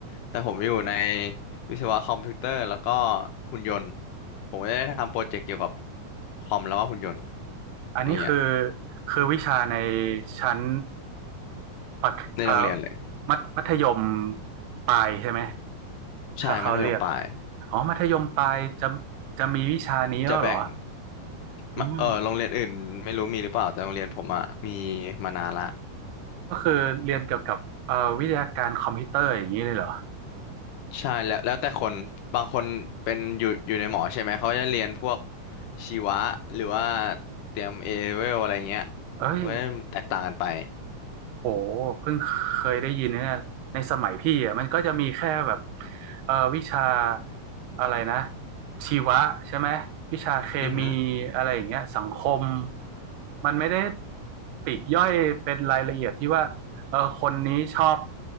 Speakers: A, on the left; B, on the right.
A: แต่ผมอยู่ใน วิศวะคอมพิวเตอร์แล้วก็หุ่นยนต์ผมก็ได้ทำโปรเจกต์เกี่ยวกับคอมแล้วก็หุ่นยนต์
B: อันนี้คือ
A: อย่างเงี้ย
B: คือวิชาในชั้นปัดเอ่อ
A: ในโรงเรียนเลย
B: มัธมัธยมปลายใช่ไหม
A: ใช่มัธยมปลาย
B: ถ้าเขาเรียกอ๋อมัธยมปลายจะจะมีวิชานี้แล้วเหรอ
A: จะแบ่ง
B: อืม
A: มาเออโรงเรียนอื่นไม่รู้มีหรือเปล่าแต่โรงเรียนผมอะมีมานานละ
B: ก็คือเรียนเกี่ยวกับเอ่อวิทยาการคอมพิวเตอร์อย่างนี้เลยเหรอ
A: ใช่แล้วแล้วแต่คนบางคนเป็นอยู่อยู่ในหมอใช่ไหมเขาจะเรียนพวกชีวะหรือว่าเตรียมเอเวลอะไรเงี้ย
B: เอ้ย
A: เว้ยแตกต่างกันไป
B: โหเพิ่งเคยได้ยินนะเนี่ยในสมัยพี่อ่ะมันก็จะมีแค่แบบเอ่อวิชาอะไรนะชีวะใช่ไหมวิชาเคมีอะไรอย่างเงี้ยสังคม
A: อือฮึ
B: มันไม่ได้ปลีกย่อยเป็นรายละเอียดที่ว่าเออคนนี้ชอบ